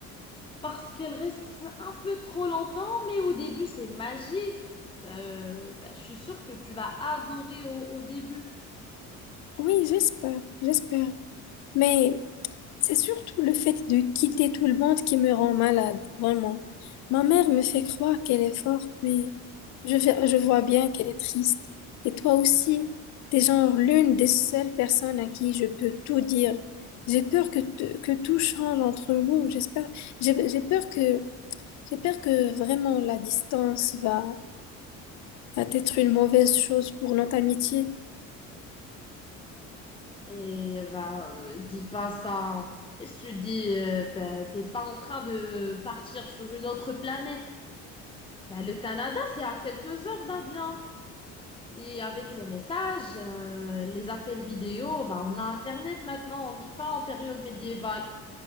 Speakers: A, on the left (about 15°); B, on the left (about 65°).
A: parce qu'elle reste un peu trop longtemps, mais au début, c'est magique. Euh, bah, je suis sûre que tu vas adorer au, au début.
B: Oui, j'espère, j'espère. Mais C'est surtout le fait de quitter tout le monde qui me rend malade, vraiment. Ma mère me fait croire qu'elle est forte, mais je, fais- je vois bien qu'elle est triste. Et toi aussi, t'es genre l'une des seules personnes à qui je peux tout dire. J'ai peur que, te- que tout change entre nous. J'espère, j'ai j'ai peur que, j'ai peur que vraiment la distance va, va être une mauvaise chose pour notre amitié.
A: Et bah, euh, dis pas ça. Qu'est-ce que tu dis? euh, bah, t'es pas en train de partir sur une autre planète. Bah, le Canada, c'est à quelques heures d'avion. Et avec les messages, euh, les appels vidéo, bah, on a Internet maintenant, on vit pas en période médiévale.